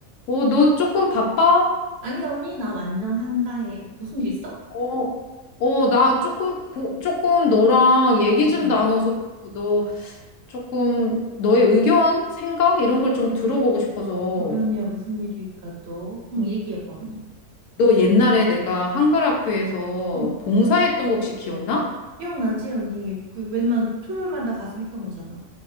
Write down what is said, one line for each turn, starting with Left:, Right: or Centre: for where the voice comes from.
Left: 어, 너 조금 바빠?
Right: 아니, 언니, 나 완전 한가해. 무슨 일 있어?
Left: 어, 어, 나 조금, 고, 조금 너랑 얘기
Right: 응,
Left: 좀
Right: 응.
Left: 나눠서 너 조금 너의 의견, 생각 이런 걸 좀 들어보고 싶어서.
Right: 우리 언니야, 무슨 일일까 또? 응,
Left: 응.
Right: 얘기해봐, 언니.
Left: 너 옛날에 내가 한글 학교에서
Right: 응.
Left: 봉사했던 거 혹시 기억나?
Right: 기억나지, 언니? 그 맨만 토요일마다 가서 했던 거잖아.